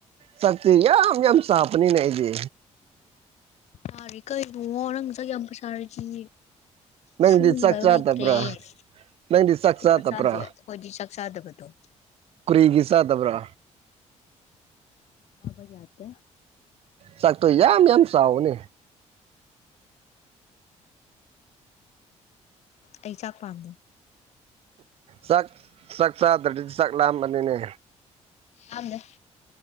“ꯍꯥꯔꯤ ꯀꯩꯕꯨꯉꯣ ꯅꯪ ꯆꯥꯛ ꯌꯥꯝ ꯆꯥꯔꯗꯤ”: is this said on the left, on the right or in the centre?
Left